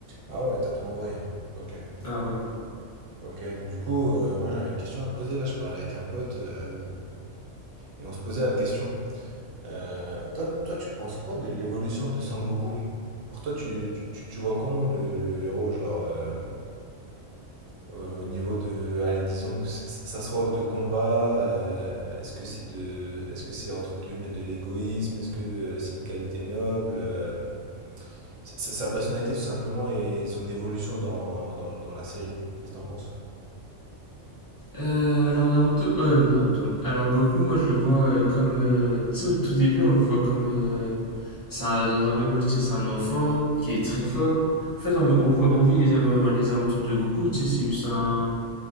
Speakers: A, on the right; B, on the left.
A: Ah ouais, t'as tout envoyé. Ok.
B: Ah ouais.
A: Ok. Du coup, euh, moi j'avais une question à te poser là, je parlais avec un pote euh, et on se posait la question. Euh, toi, toi, tu penses quoi de l'évolution de Sangoku? Pour toi, tu, tu, tu tu vois comment le, le héros, genre. euh, Euh, Au niveau de, allez, disons que s- s- sa soif de combat, euh, est-ce que c'est de, est-ce que c'est entre guillemets de l'égoïsme? Est-ce que euh, c'est une qualité noble? Euh, sa, sa- sa personnalité tout simplement et son évolution dans, dans, dans la série. Qu'est-ce que t'en penses?
B: Euh, alors Naruto, euh, Naruto. Alors Goku, moi je le vois euh, comme, euh, tu sais, au tout début, on le voit comme, euh, c'est un- dans Dragon Ball, tu sais, c'est un enfant qui est très fort. En fait, on, on voit, on vit les, av- les aventures de Goku, tu sais, c'est juste un,